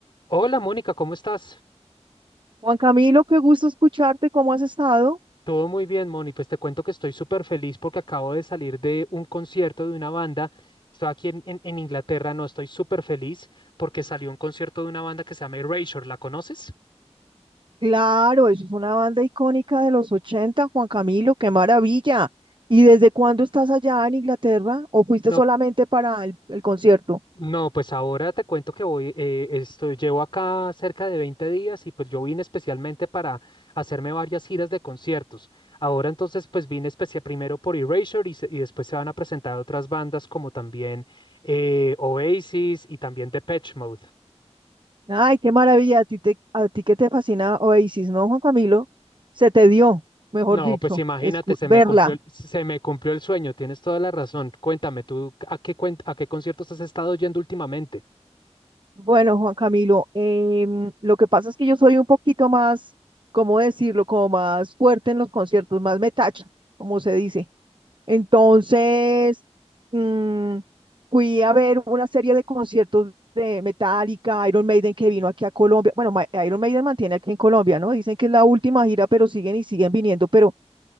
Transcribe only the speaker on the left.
Hola Mónica, ¿cómo estás?
Todo muy bien, Moni. Pues te cuento que estoy súper feliz porque acabo de salir de un concierto de una banda. Estoy aquí en, en- en Inglaterra, no, estoy súper feliz porque salió un concierto de una banda que se llama Erasure. ¿La conoces?
No,
No, pues ahora te cuento que voy, eh, esto- llevo acá cerca de 20 días y pues yo vine especialmente para hacerme varias giras de conciertos. Ahora entonces pues vine especial primero por Erasure y, se- y después se van a presentar otras bandas como también eh, Oasis y también Depeche Mode.
No,
pues imagínate,
se
me cumplió, el- se me cumplió el sueño, tienes toda la razón. Cuéntame, ¿tú a qué, cuen- a qué conciertos has estado yendo últimamente?